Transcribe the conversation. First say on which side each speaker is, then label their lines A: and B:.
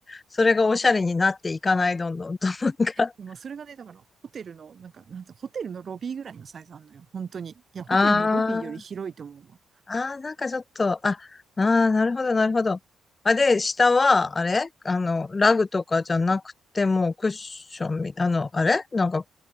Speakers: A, on the left; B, on the right.
A: それがおしゃれになっていかない、どんどんと。なんか、
B: もうそれがね、だから、ホテルの、なんか、なんつうのホテルのロビーぐらいのサイズあんのよ。本当に。いや、ホテルのロビーより広いと思うわ。
A: あああ、なんかちょっと、あ、ああ、なるほど、なるほど。あ、で、下は、あれあの、ラグとかじゃなくて、もうクッションみ、あの、あれなんか、